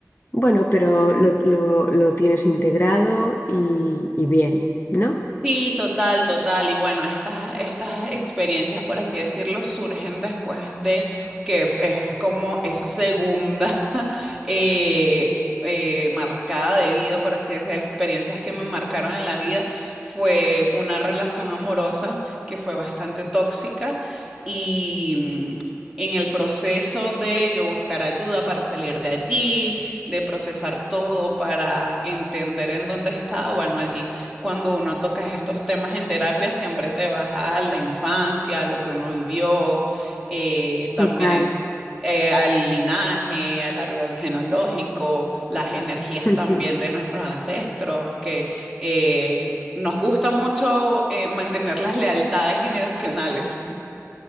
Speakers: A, on the left; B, in the centre.
A: bueno, pero lo, lo- lo tienes integrado y, y bien, ¿no?
B: Sí, total, total. Y bueno, estas, estas experiencias, por así decirlo, surgen después de que f- es como esa segunda <laughs> eh, eh, marcada de vida, por así decirlo, experiencias que me marcaron en la vida. Fue una relación amorosa que fue bastante tóxica y mm, en el proceso de yo buscar ayuda para salir de allí, de procesar todo, para entender en dónde estaba, bueno, allí cuando uno toca estos temas en terapia, siempre te vas a la infancia, a lo que uno vivió, eh, también
A: Total.
B: eh, al linaje, al árbol genealógico, las energías
A: <laughs>
B: también de nuestros ancestros, que eh, nos gusta mucho eh, mantener las lealtades generacionales.